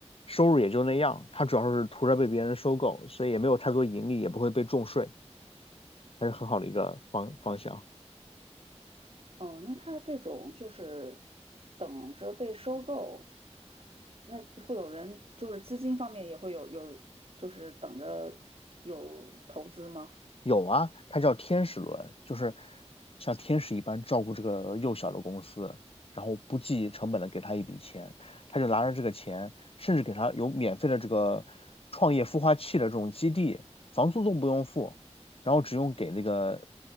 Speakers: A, on the left; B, on the right.
A: 收入也就那样，他主要是图着被别人收购，所以也没有太多盈利，也不会被重税。还是很好的一个方方向。
B: 哦，那他这种就是等着被收购，那会有人就是资金方面也会有有，就是等着有投资吗？
A: 有啊，它叫天使轮，就是像天使一般照顾这个幼小的公司，然后不计成本的给他一笔钱，他就拿着这个钱，甚至给他有免费的这个创业孵化器的这种基地，房租都不用付，然后只用给那个